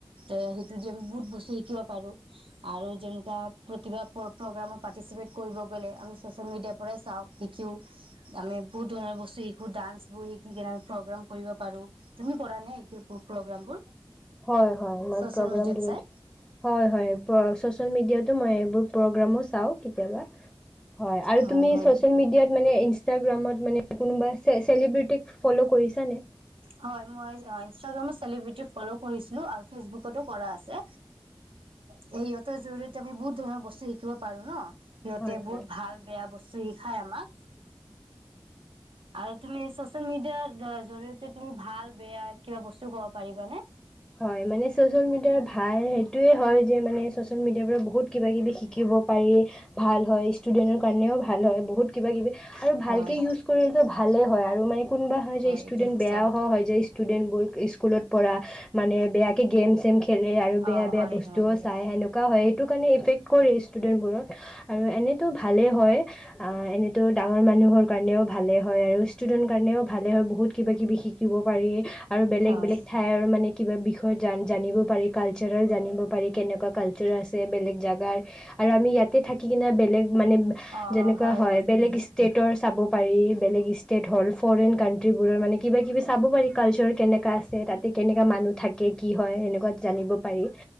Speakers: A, on the right; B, in the centre.
A: তে সেইটো দি আমি বহুত বস্তু শিকিব পাৰো আৰু যেনো প্ৰতিভা প্ৰগ্ৰামত পাৰ্টিচিপেট কৰিব গ'লে আমি চচিয়েল মিডিয়াৰ পৰাই চাওঁ শিকো আমি বহুত ধৰণৰ বস্তু শিকো ডানস বোৰ শিকি কিনে আমি প্ৰগ্ৰাম কৰিব পাৰোঁ, তুমি কৰা নে সেই প্ৰগ্ৰাম বোৰ?
B: হয়, হয়, মই
A: চচিয়েল
B: প্ৰগ্ৰেম
A: মিডিয়াত
B: বোত
A: চাই
B: হয়, হয় প্ৰ চ'চ চ'চিয়েল মিডিয়াতো মই এইবোৰ প্ৰগ্ৰামো চাওঁ কেতিয়াবা। হয় আৰু
A: অ
B: তুমি
A: হয়
B: চচিয়েল মিডিয়াত মানে ই ইাগ্ৰামত মানে কোনোবা চে চেলিব্ৰিটিক ফ'ল' কৰিছানে?
A: হয় মই ইনষ্টাগ্ৰামত চেলিব্ৰিটি ফল' কৰিছিলোঁ আৰু ফেচবুকতো কৰা আছে সিহঁতৰ জৰিয়তে আমি বহুত ধৰণৰ বস্তু শিকিব পাৰোঁ ন'। সিহঁতে
B: হয়
A: বহুত
B: হয়
A: ভাল বেয়া বস্তু শিখায় আমাক। আৰু তুমি চ'চিয়েল মিডিয়াৰ জৰিয় তে তুমি ভাল বেয়া কিবা বস্তু ক'ব পাৰিবানে?
B: হয় মানে চ'চিয়েল মিডিয়াৰ ভাল সেইটোয়ে হয় যে মানে চ'চিয়েল মিডিয়াৰ পৰা বহুত কিবা কিবি শিকিব পাৰি ভাল হয় <unintelligible> ষ্টুডেণ্টৰ কাৰণেও ভাল হয়, বহুত কিবা-কিবি আৰু ভালকে
A: হয়
B: ইউজ কৰিলে যে ভালেই হয় আ <unintelligible> আৰু মানে কোনোবা হয় যে ষ্টুডেণ্ট
A: এইটো সঁচা
B: বেয়াও
A: কথা
B: <unintelligible> হয় যায়, ষ্টুডেণ্টবোৰ স্কুলত। পৰা মানে বেয়া একে গেম-চেম <unintelligible> খেলে আৰু বেয়া-বেয়া
A: অ হয়
B: বস্তুও
A: হয় দিয়া
B: চায়, সেনেকুৱাও হয়। সেইটো কাৰণে ইফেক্ট কৰে ষ্টুডেণ্টবোৰক। আৰু এনেইতো ভালেই হয়। <unintelligible> এনেতো ডাঙৰ মানুহৰ কাৰণেও ভালে হয় আৰু ষ্টুডেণ্ট কাৰণেও ভালে হয়, বহুত কিবা-কিবি শিকিব পাৰি। আৰু বেলেগ
A: হয়
B: বেলেগ ঠাই আৰু মানে কিবা বিষয়ত জান-জানিব পাৰি। কালচাৰেল জানিব পাৰি, কেনেকুৱা কালচাৰ আছে বেলেগ জেগাৰ আৰু আমি ইয়াতে থাকি কিনে বেলেগ মানে
A: অ
B: যেনেকুৱা
A: অ
B: হয়! বেলেগ
A: উম
B: ষ্টেটৰ চাব পাৰি। বেলেগ ষ্টেট হ'ল ফ'ৰেইন কান্ট্ৰীবোৰৰ মানে কিবা-কিবি চাব পাৰি। কালচাৰ কেনেকা আছে, তাতে কেনেকা মানুহ থাকে। কি হয় এনেকুৱা জানিব পাৰি।